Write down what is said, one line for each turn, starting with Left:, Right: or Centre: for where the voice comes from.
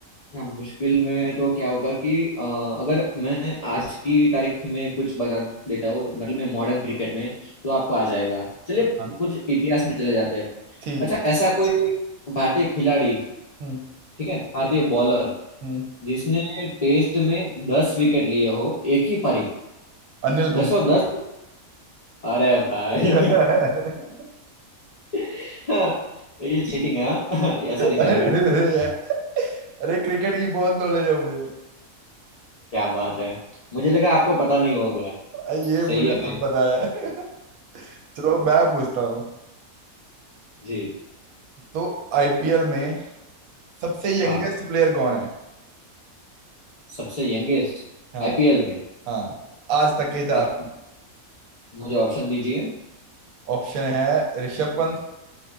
Left: हाँ मुश्किल में तो क्या होगा कि अ, अगर मैं आज की तारीख में कुछ बता देता हूँ मतलब मैं मॉडर्न क्रिकेट में तो आपको आ जाएगा चलिए
Right: हाँ
Left: कुछ इतिहास में चले जाते हैं
Right: ठीक
Left: अच्छा
Right: है
Left: ऐसा कोई भारतीय खिलाड़ी
Right: हम्म
Left: ठीक है भारतीय बॉलर
Right: हम्म
Left: जिसने टेस्ट में दस विकेट लिए हो एक ही पारी में
Right: अनिल
Left: दसों
Right: कुंबले
Left: दस अरे भाई
Right: <laughs>
Left: <laughs> हाँ ये चीटिंग है हाँ। <laughs> ये ऐसा नहीं चलेगा
Right: अरे अरे क्रिकेट की बहुत नॉलेज है मुझे
Left: क्या बात है मुझे लगा आपको पता नहीं होगा
Right: अ, ये मुझे
Left: सही है
Right: सब
Left: भाई
Right: पता है <laughs> चलो मैं पूछता हूँ
Left: जी
Right: तो आईपीएल में सबसे यंगेस्ट
Left: हाँ
Right: प्लेयर कौन है
Left: सबसे यंगेस्ट
Right: हाँ
Left: आईपीएल में
Right: हाँ आज तक के इतिहास
Left: अच्छा मुझे ऑप्शन दीजिए
Right: ऑप्शन है ऋषभ पंत